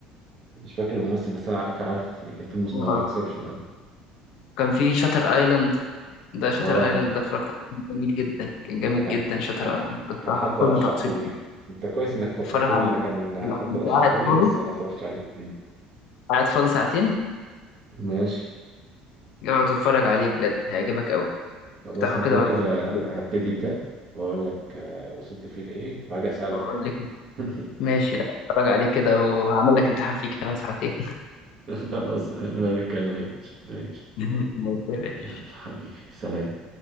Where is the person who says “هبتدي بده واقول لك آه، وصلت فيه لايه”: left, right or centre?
Right